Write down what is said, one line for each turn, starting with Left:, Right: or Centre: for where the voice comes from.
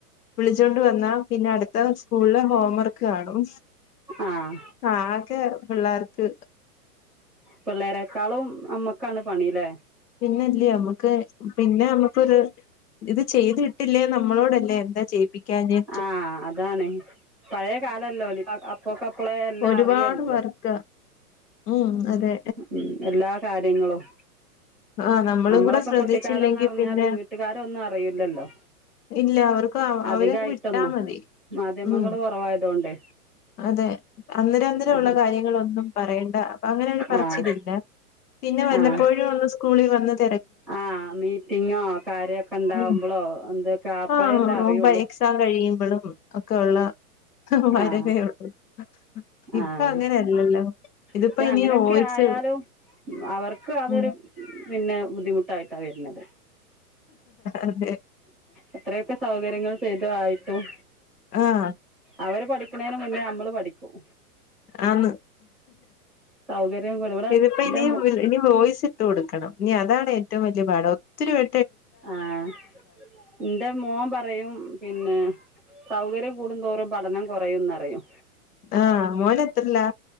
Left: വിളിച്ചോണ്ട് വന്നാ പിന്നെ അടുത്തത് സ്കൂളിലെ ഹോം വർക്ക് കാണും
Centre: ആഹ്
Left: ആഹ് ക്ക് പിള്ളാർക്ക്
Centre: പിള്ളാരേക്കാളും അമ്മ ക്കാണ് പണി ല്ലേ
Left: പിന്നല്ലേ നമുക്ക് പിന്നെ നമുക്കൊരു ഇത് ചെയ്ത്ട്ടില്ലേ നമ്മളോടല്ലേ എന്താ ചെയ്യിപ്പിക്കാഞ്ഞേ
Centre: ആഹ് അതാണ് പഴയ കാലം അല്ലോല് ഇപ്പൊ അപ്പൊക്കപ്പളേ എല്ലാം
Left: ഒരുപാട്
Centre: അറിയുവല്ലോ
Left: പേർക്ക് ഉം അതെ
Centre: ഉം എല്ലാ കാര്യങ്ങളും
Left: ആ നമ്മളും
Centre: നമ്മളൊക്കെ
Left: കൂടെ ശ്രദ്ധിച്ചില്ലെങ്കി
Centre: കുട്ടിക്കാലം എന്നു പറഞ്ഞാല്
Left: പിന്നെ
Centre: വീട്ടുകാർ ഒന്നും അറിയില്ലല്ലോ
Left: ഇല്ല അവർ
Centre: അധികായിട്ടൊന്നും
Left: അവരെ അങ്ങ് വിട്ടാ മതി
Centre: മാധ്യമങ്ങള്
Left: ഉം
Centre: കുറവായതുകൊണ്ട്
Left: അതെ അന്നരം അന്നരം
Centre: ആഹ്
Left: ഉള്ള കാര്യങ്ങളൊന്നും പറയേണ്ട അങ്ങനെ ഒരു പറച്ചിലില്ല
Centre: ആഹ്
Left: പിന്നെ വല്ലപ്പോഴും
Centre: ആഹ്
Left: ഒന്ന് സു കുളി വന്നത്
Centre: ആഹ് മീറ്റിങ്ങോ കാര്യം ഒക്കെ ഇണ്ടാവുമ്പോളോ
Left: ഉം
Centre: എന്തൊക്കെ അപ്പഴേല്ലേ
Left: ആ
Centre: അറിയുള്ളൂ
Left: എക്സാം <unintelligible> ഒക്കെ ഉള്ള <unintelligible>
Centre: ആഹ്
Left: ഇപ്പോ
Centre: ആഹ്
Left: അങ്ങനെ അല്ലല്ലോ ഇതിപ്പോ
Centre: പക്ഷെ
Left: ഇനി
Centre: അങ്ങനെയൊക്കെ
Left: <unintelligible>
Centre: ആയാലും അവർക്ക് അതൊരു
Left: ഉം
Centre: പിന്നെ ബുദ്ധിമുട്ടായിട്ടാ വരുന്നത്
Left: അതെ
Centre: അത്രയൊക്കെ സൗകര്യങ്ങൾ ചെയ്തു ആയിട്ടും
Left: ആഹ്
Centre: അവർ പഠിക്കണതിന് മുന്നേ നമ്മൾ പഠിക്കും
Left: ആന്ന്
Centre: സൗകര്യം ഇവിടെ
Left: ഇതിപ്പോ
Centre: എൻ്റെ
Left: ഇനി ഇനി വോയ്സ് ഇട്ട് കൊടുക്കണം ഇനി അതാണ് ഏറ്റവും വലിയ പാഠം ഒത്തിരി വെ
Centre: ആഹ് എന്റെ മോൻ പറയും പിന്നെ സൗകര്യം കൂടും തോറും പഠനം കുറയും എന്ന് പറയും
Left: ആഹ് മോൻ എത്രയിലാ